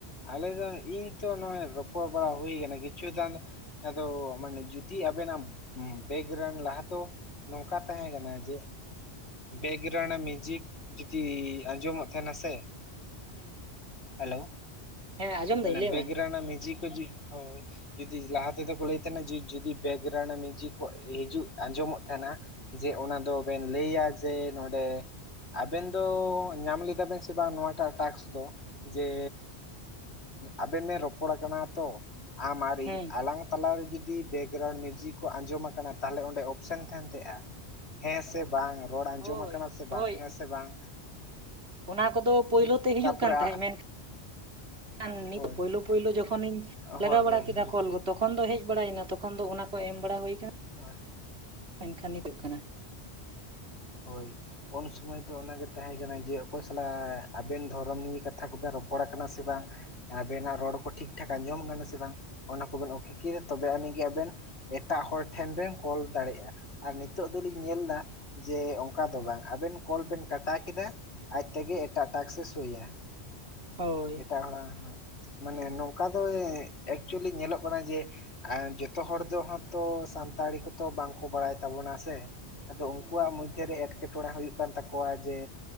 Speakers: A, on the left; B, on the right.
A: ᱟᱞᱮ ᱫᱚ ᱤᱧ ᱛᱚ ᱱᱚᱜᱼᱚᱭ ᱨᱚᱯᱚᱲ ᱵᱟᱲᱟ ᱦᱩᱭ ᱠᱤᱪᱷᱩ ᱫᱟᱱ ᱟᱫᱚ ᱢᱟᱱᱮ ᱡᱩᱫᱤ ᱟᱵᱮᱱᱟᱜ ᱵᱮᱜᱨᱮᱱ ᱞᱟᱦᱟ ᱫᱚ ᱱᱚᱝᱠᱟ ᱛᱟᱦᱮᱸ ᱠᱟᱱᱟ ᱡᱮ
B: ᱦᱮᱸ
A: ᱵᱮᱠᱜᱨᱟᱣᱩᱱᱰ ᱢᱤᱭᱩᱡᱤᱠ ᱡᱩᱫᱤ ᱟᱸᱡᱚᱢᱚᱜ ᱛᱟᱦᱮᱱᱟ ᱥᱮ
B: ᱦᱮᱸ
A: ᱦᱮᱞᱳ
B: ᱦᱮᱸ ᱟᱸᱡᱚᱢ
A: ᱢᱟᱱᱮ
B: ᱫᱟᱹᱧ ᱞᱟᱹᱭ
A: ᱵᱮᱜᱨᱟᱣᱱᱰ
B: ᱢᱮ
A: ᱨᱮᱱᱟᱜ ᱢᱩᱡᱤᱠ ᱠᱚ ᱡᱤᱠ ᱦᱳᱭ ᱡᱩᱫᱤ ᱞᱟᱦᱟ ᱛᱮᱫᱚ ᱠᱚ ᱞᱟᱹᱭ ᱛᱟᱦᱮᱱᱟ ᱡᱩᱫᱤ ᱵᱮᱜᱨᱟᱣᱩᱱᱰ ᱢᱤᱭᱡᱩ ᱠᱚ ᱦᱤᱡᱩᱜ ᱟᱸᱡᱚᱢᱚᱜ ᱛᱟᱦᱮᱱᱟ ᱡᱮ ᱚᱱᱟ ᱫᱚᱵᱱ ᱞᱟᱹᱭᱟ ᱡᱮ ᱱᱚᱸᱰᱮ ᱟᱵᱮᱱ ᱫᱚ ᱧᱟᱢ ᱞᱮᱫᱟ ᱵᱮᱱ ᱥᱮ ᱵᱟᱝ ᱱᱚᱣᱟᱴᱟᱜ ᱴᱟᱠᱥ ᱫᱚ? ᱡᱮ ᱟᱵᱮᱱ ᱵᱮᱱ ᱨᱚᱯᱚᱲ ᱟᱠᱟᱱᱟ ᱛᱚ ᱟᱢ ᱟᱨ
B: ᱦᱮᱸ
A: ᱤᱧ ᱟᱞᱟᱝ ᱛᱟᱞᱟᱨᱮ ᱡᱩᱫᱤ ᱵᱮᱜᱨᱟᱣᱩᱱᱰ ᱢᱤᱭᱩᱡᱤᱠ ᱠᱚ ᱟᱸᱡᱚᱢᱟ ᱟᱠᱟᱱᱟ ᱛᱟᱦᱚᱞᱮ ᱚᱸᱰᱮ ᱚᱯᱥᱮᱱ ᱛᱟᱦᱮ ᱛᱟᱭᱟ᱾ ᱦᱮᱸ ᱥᱮ ᱵᱟᱝ ᱨᱚᱲ ᱟᱸᱡᱚᱢ
B: ᱦᱳᱭ
A: ᱟᱠᱟᱱᱟ ᱥᱮ
B: ᱦᱳᱭ
A: ᱵᱟᱝ ᱦᱮᱸ ᱥᱮ ᱵᱟᱝ
B: ᱚᱱᱟ ᱠᱚᱫᱚ ᱯᱳᱭᱞᱳ ᱛᱮ ᱦᱤᱡᱩᱜ
A: ᱛᱟᱯᱚᱨᱮ
B: ᱠᱟᱱ ᱛᱟᱦᱮᱸᱫ ᱢᱮᱱ ᱠᱷᱟᱱ ᱱᱤᱛ
A: ᱦᱳᱭ
B: ᱯᱩᱭᱞᱩ ᱯᱳᱭᱞᱳ ᱡᱚᱠᱷᱚᱱᱤᱧ ᱞᱟᱜᱟᱣ
A: ᱦᱳᱭ
B: ᱵᱟᱲᱟ
A: ᱦᱳᱭ
B: ᱠᱮᱫᱟ
A: ᱦᱳᱭ
B: ᱠᱚᱞ ᱠᱚ ᱛᱚᱠᱷᱚᱱ ᱫᱚ ᱦᱮᱡ ᱵᱟᱲᱟᱭᱱᱟ ᱛᱚᱠᱷᱚᱱ ᱫᱚ ᱚᱱᱟ ᱠᱚ ᱮᱢ ᱵᱟᱲᱟ ᱦᱩᱭ ᱟᱠᱟᱱᱟ᱾
A: ᱟᱨ
B: ᱢᱮᱱᱠᱷᱟᱱ ᱦᱤᱡᱩᱜ ᱠᱟᱱ
A: ᱦᱳᱭ ᱩᱱ ᱥᱚᱢᱚᱭ ᱫᱚ ᱚᱱᱟᱜᱮ ᱛᱟᱦᱮᱸ ᱠᱟᱱᱟ ᱡᱮ ᱚᱠᱚᱭ ᱥᱟᱞᱟᱜ ᱟᱵᱮᱱ ᱫᱷᱚᱨᱚᱢ ᱱᱤᱭ ᱠᱟᱛᱷᱟ ᱠᱚᱵᱮᱱ ᱨᱚᱯᱚᱲ ᱠᱟᱱᱟ ᱥᱮ ᱵᱟᱝ? ᱟᱵᱮᱱᱟᱜ ᱨᱚᱲ ᱠᱚ ᱴᱷᱤᱠ ᱴᱷᱟᱠ ᱟᱸᱡᱚᱢ ᱠᱟᱱᱟ ᱥᱮ ᱵᱟᱝ ᱚᱱᱟ ᱠᱚᱵᱮᱱ ᱚᱠᱮ ᱠᱮᱜᱼᱟ ᱛᱚᱵᱮ ᱟᱹᱱᱤᱡ ᱜᱮ ᱟᱵᱮᱱ ᱮᱴᱟᱜ ᱦᱚᱲ ᱴᱷᱮᱱ ᱵᱮᱱ ᱠᱚᱞ ᱫᱟᱲᱮᱜᱼᱟ ᱟᱨ ᱱᱤᱛ ᱱᱤᱛᱚᱜ ᱫᱚᱞᱤᱧ ᱧᱮᱞᱫᱟ ᱡᱮ ᱚᱝᱠᱟ ᱫᱚ ᱵᱟᱝ ᱟᱵᱮᱱ ᱠᱚᱞ ᱵᱮᱱ ᱠᱟᱴᱟᱣ ᱠᱮᱫᱟ ᱟᱡ ᱛᱮᱜᱮ
B: ᱦᱩᱸ
A: ᱮᱴᱟᱜ ᱴᱟᱠᱥ ᱮ ᱥᱳᱭᱟ
B: ᱦᱳᱭ
A: ᱮᱴᱟᱜ ᱦᱚᱲᱟᱜ <unintelligible> ᱢᱟᱱᱮ
B: ᱦᱮᱸ
A: ᱱᱚᱝᱠᱟ ᱫᱚ ᱮᱠᱪᱩᱭᱮᱞᱤ ᱧᱮᱞᱚᱜ ᱠᱟᱱᱟ ᱡᱮ ᱟᱨ ᱡᱚᱛᱚ ᱦᱚᱲ ᱫᱚ ᱦᱚᱸᱛᱚ ᱥᱟᱱᱛᱟᱲᱤ ᱠᱚᱛᱚ ᱵᱟᱝᱠᱚ ᱵᱟᱲᱟᱭ ᱛᱟᱵᱚᱱᱟ᱾ ᱥᱮ ᱟᱫᱚ
B: ᱦᱩᱸ
A: ᱩᱝᱠᱩᱣᱟᱜ ᱢᱚᱫᱷᱮᱨᱮ ᱮᱸᱴᱠᱮᱴᱚᱬᱮ ᱦᱩᱭᱩᱜ ᱠᱟᱱ ᱛᱟᱠᱚᱣᱟ ᱡᱮ